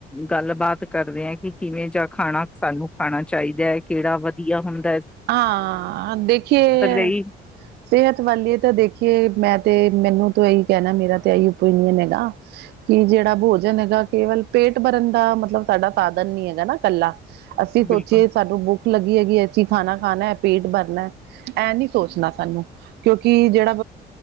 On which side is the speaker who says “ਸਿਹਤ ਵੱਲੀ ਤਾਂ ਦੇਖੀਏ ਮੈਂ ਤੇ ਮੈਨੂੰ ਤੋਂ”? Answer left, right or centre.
Right